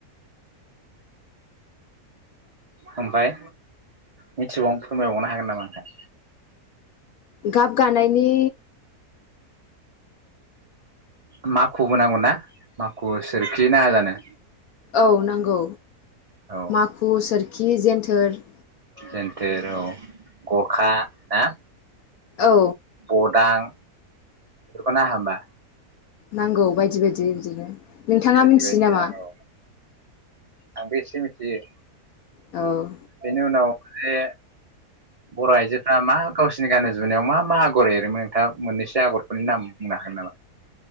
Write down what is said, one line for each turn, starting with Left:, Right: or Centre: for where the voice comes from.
Right: ओमफाय मिथिबाव फोरमायबावनो हागोन नामा नोंथां।
Left: गाब गानायनि
Right: मा माखुबो नांगौ ना माखु। सोरखि नाङा जानोे।
Left: औ नांगौ
Right: औ
Left: माखु सोरखि जेन्थोर
Right: जेन्थोर औ गरखा ना।
Left: औ
Right: बडां। बेखौ नाङा होमबा।
Left: नांगौ बायदि बायदि बिदिनो। नोंथाङा
Right: बायदि
Left: मिथियो
Right: बायदि
Left: नामा?
Right: औ आंबो एसे मिथियो।
Left: औ।
Right: बेनि उनाव जे बर' आइजोफ्रा मा गावसिनि गाननाय जोमनायाव मा मा आगर एरोमोन नोंथाङा मोननैसो आगरफोरनि नाम बुंनो हागोन नामा?